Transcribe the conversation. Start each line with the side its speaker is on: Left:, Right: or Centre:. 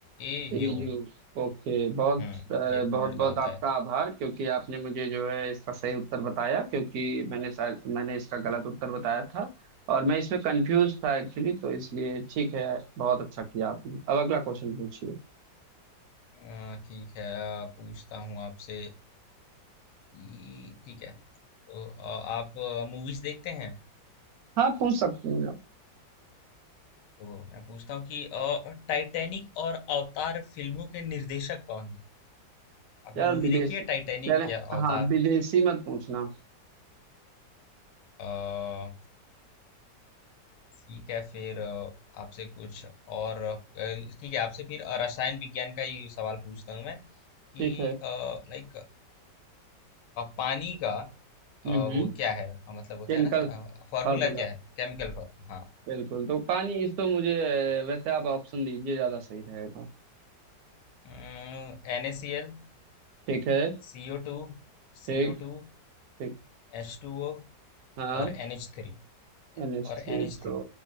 Left: एयू
Right: ईयू ओके बहुत
Left: हम्म
Right: अ,
Left: ये
Right: बहुत
Left: गोल्ड
Right: बहुत
Left: का होता
Right: आपका
Left: है
Right: आभार क्योंकि आपने मुझे जो है इसका सही उत्तर बताया क्योंकि मैंने शायद मैंने इसका गलत उत्तर बताया था और मैं इसमें कंफ्यूज था एक्चुअली तो इसलिए ठीक है बहुत अच्छा किया आपने अब अगला क्वेश्चन पूछिए
Left: अ, ठीक है अ, पूछता हूँ आपसे कि- ठीक है तो, अ, आप मूवीज देखते हैं
Right: हाँ पूछ सकते हैं आप
Left: तो मैं पूछता हूँ कि अ, टाइटैनिक और अवतार फिल्मों के निर्देशक कौन है आपने
Right: यार
Left: मूवी
Right: विदेशी
Left: देखी है
Right: कह
Left: टाइटैनिक
Right: रहे
Left: या अवतार
Right: हाँ विदेशी मत पूछना
Left: अ, ठीक है फिर अ, आपसे कुछ और अ, ठीक है आपसे फिर अ, रसायन विज्ञान का ही सवाल पूछता हूँ मैं कि
Right: ठीक है
Left: लाइक पानी का अ,
Right: हम्म
Left: वो क्या है अ, मतलब होता
Right: Chemical
Left: है ना फॉर्मूला
Right: formula
Left: क्या है केमिकल फॉर्मूला हाँ
Right: बिल्कुल तो पानी इस तो मुझे अ, वैसे आप ऑप्शन दीजिए ज्यादा सही रहेगा
Left: N A C L
Right: ठीक है
Left: C O two C
Right: ठीक
Left: O two
Right: ठीक
Left: H two O
Right: हाँ
Left: और एन एच थ्री
Right: NH3
Left: और NH3
Right: तो